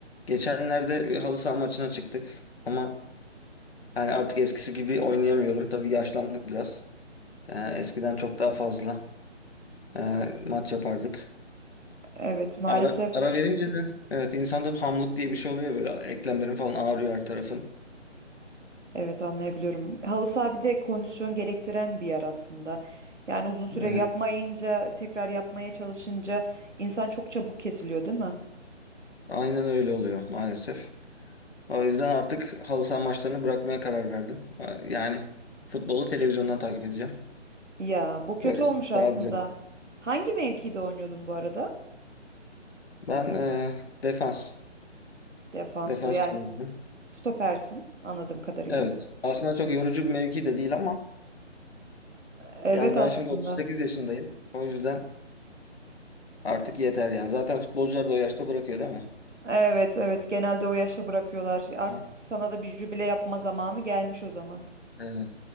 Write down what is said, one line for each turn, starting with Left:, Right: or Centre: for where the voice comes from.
Left: Geçenlerde bir halı saha maçına çıktık ama yani artık eskisi gibi oynayamıyorum. Tabii yaşlandık biraz. Ee, eskiden çok daha fazla e, maç yapardık.
Right: Evet maalesef
Left: Ara, ara verince de evet insanda bir hamlık diye bir şey oluyor böyle eklemlerin falan ağrıyor her tarafın.
Right: evet anlayabiliyorum. Halı saha bir de kondisyon gerektiren bir yer aslında. Yani uzun süre
Left: Evet,
Right: yapmayınca tekrar yapmaya çalışınca insan çok çabuk kesiliyor değil mi?
Left: aynen öyle oluyor maalesef. O yüzden artık halı saha maçlarını bırakmaya karar verdim. Ee, Yani futbolu televizyondan takip edeceğim.
Right: Ya bu kötü
Left: Böyle
Right: olmuş aslında.
Left: daha güzel.
Right: Hangi mevkide oynuyordun bu arada?
Left: Ben e, defans,
Right: Defansta
Left: defans
Right: yani
Left: oynuyorum.
Right: stopersin anladığım kadarıyla.
Left: Evet. Aslında çok yorucu bir mevki de değil ama
Right: Evet
Left: yani
Right: aslında.
Left: ben şimdi 38 yaşındayım. O yüzden artık yeter yani. Zaten futbolcular da o yaşta bırakıyor değil mi?
Right: Evet evet genelde o yaşta bırakıyorlar. Artık
Left: Hı.
Right: sana da bir jübile yapma zamanı gelmiş o zaman.
Left: Evet.